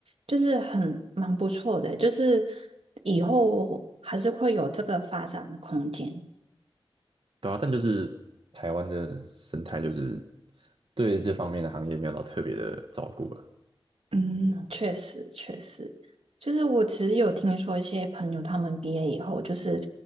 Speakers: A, on the right; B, on the right.
A: 就是很蛮不错的欸，就是以后还是会有这个发展的空间。
B: 对啊。但就是台湾的生态就是对这方面的行业没有到特别的照顾了，
A: 嗯，确实确实，就是我其实有听说一些朋友他们毕业以后，就是